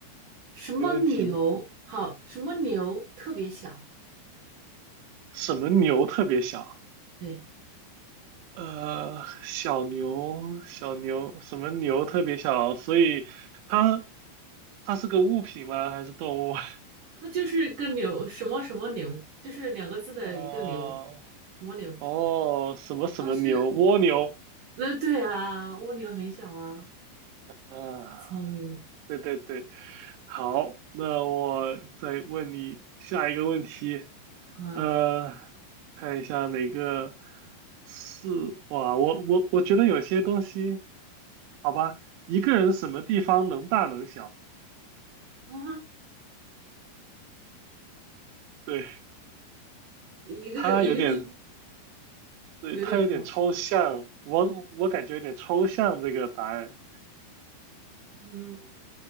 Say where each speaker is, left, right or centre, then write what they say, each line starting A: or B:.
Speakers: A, on the right; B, on the right.
A: 什么牛？
B: 没问题的。
A: 好，什么牛特别小？
B: 什么牛特别小？
A: 对。
B: 呃，小牛，小牛，什么牛特别小？所以它它是个物品吗？还是动物？<laughs>
A: 那就是个牛，什么什么牛，就是两个字的一个牛，
B: 啊，
A: 什么牛？
B: 哦，什么什么牛？
A: 它是，
B: 蜗牛。
A: 呃，对啊，蜗牛很小啊，
B: 啊，
A: 聪明的
B: 对对对。好，那我再问你下一个问题。
A: 啊
B: 呃，看一下哪个是哇，我我我觉得有些东西，好吧，一个人什么地方能大能小，
A: 啊
B: 对，
A: <laughs>，一个一个地方
B: 他有点，对，
A: 有点什么，
B: 他有点抽象，我我感觉有点抽象这个答案，
A: 嗯，